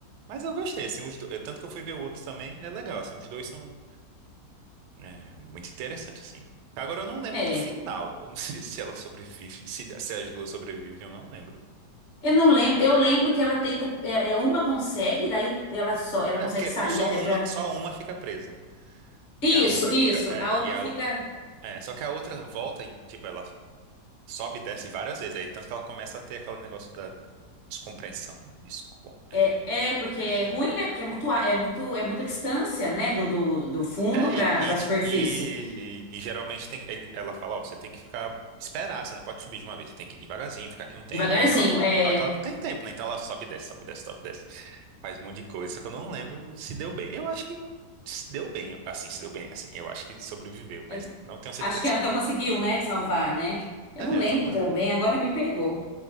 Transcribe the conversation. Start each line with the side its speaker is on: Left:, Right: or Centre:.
Right: Mas eu gostei, assim, os dois. Tanto que eu fui ver o outro também, é legal, assim, os dois são é, muito interessantes, assim. Agora eu não lembro
Left: é.
Right: do final. Eu não <laughs> sei se ela sobrevive, se, se as duas sobrevivem, eu não lembro.
Left: Eu não lembro, eu lembro que ela tenta, é, é, uma consegue, daí ela só, ela
Right: Não,
Left: consegue
Right: é porque
Left: sair
Right: o- só
Left: até
Right: uma,
Left: pra.
Right: só uma fica presa.
Left: Isso,
Right: E a outra
Left: isso.
Right: fica. É,
Left: A outra
Right: e a,
Left: fica
Right: o- é, só que a outra volta, e, tipo, ela sobe e desce várias vezes. Aí tanto que ela começa a ter aquele negócio da descompreensão. desco-
Left: é,
Right: é,
Left: é porque é ruim, né? Porque é muito, a- é muito, é muita distância, né? Do, do, do fundo
Right: é,
Left: pra
Right: e,
Left: para superfície.
Right: e, e- e geralmente tem, que- ele- ela fala, ó, você tem que ficar, esperar, você não pode subir de uma vez, você tem que ir devagarzinho, ficar aqui um tempo.
Left: Devagarzinho.
Right: E ela,
Left: É,
Right: só que ela não tem tempo, né? Então ela sobe e desce, sobe e desce, sobe e desce. Faz um monte de coisa, só que eu não lembro se deu bem. Eu acho que se deu bem, assim, se deu bem, assim. Eu acho que sobreviveu, mas
Left: é,
Right: não tenho certeza.
Left: acho que ela que conseguiu, né? Salvar, né? Eu
Right: É,
Left: não lembro
Right: tomara.
Left: também. Agora me pegou.